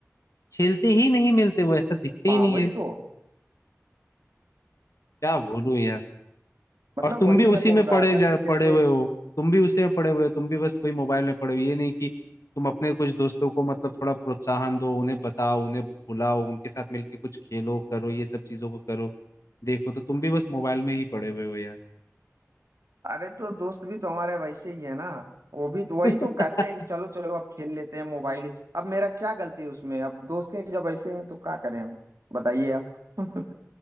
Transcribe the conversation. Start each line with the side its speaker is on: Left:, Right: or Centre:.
Left: खेलते ही नहीं मिलते वो ऐसा दिखते ही
Right: हाँ
Left: नहीं
Right: वही
Left: है
Right: तो
Left: क्या बोलूं यार
Right: मतलब
Left: और तुम
Right: वही
Left: भी उसी
Right: मैं बोल
Left: में
Right: रहा
Left: पड़े
Right: था
Left: जा
Right: कि
Left: पड़े
Right: जैसे
Left: हुए हो तुम भी उसी में पड़े हुए हो तुम भी बस वही मोबाइल में पड़े हो ये नहीं कि तुम अपने कुछ दोस्तों को मतलब थोड़ा प्रोत्साहन दो उन्हें बताओ उन्हें बुलाओ उनके साथ मिलके कुछ खेलो करो ये सब चीजों को करो देखो तो तुम भी बस मोबाइल में ही पड़े हुए हो यार
Right: अरे तो दोस्त भी तो हमारे वैसे ही है ना वो भी तो वही
Left: <laughs>
Right: तो कहते हैं कि चलो चलो अब खेल लेते हैं मोबाइल ही अब मेरा क्या गलती है उसमें अब दोस्त ही जब ऐसे हैं तो क्या करें हम बताइए आप <laughs>